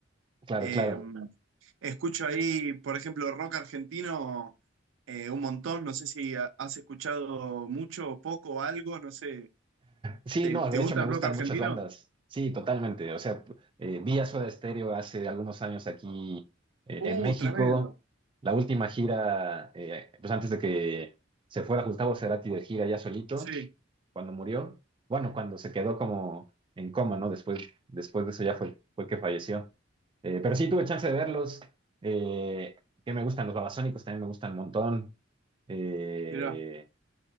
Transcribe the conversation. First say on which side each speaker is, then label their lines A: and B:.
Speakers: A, on the right (about 25°); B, on the right (about 80°).
A: claro,
B: Eh,
A: claro.
B: escucho ahí, por ejemplo, rock argentino eh, un montón. No sé si ha- has escuchado mucho o poco o algo, no sé.
A: Sí,
B: ¿Te,
A: no,
B: te
A: de
B: gusta
A: hecho me
B: el
A: gustan
B: rock argentino?
A: muchas bandas. Sí, totalmente. O sea, eh, vi a Soda Stereo hace algunos años aquí eh,
B: Uh,
A: en México.
B: tremendo.
A: La última gira, eh, pues antes de que se fuera Gustavo Cerati de gira ya solito,
B: Sí,
A: cuando murió. Bueno, cuando se quedó como en coma, ¿no? Después, después de eso ya fue, fue que falleció. Eh, pero sí tuve chance de verlos. Eh, que me gustan los Babasónicos, también me gustan un montón. Eh,
B: mirá.